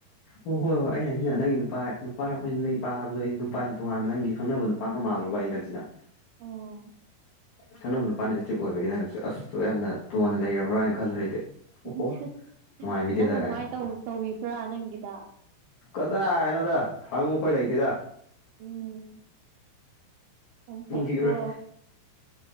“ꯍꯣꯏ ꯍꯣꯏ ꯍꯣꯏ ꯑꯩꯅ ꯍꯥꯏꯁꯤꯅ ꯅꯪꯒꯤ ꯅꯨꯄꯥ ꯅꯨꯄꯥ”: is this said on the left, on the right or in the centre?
Left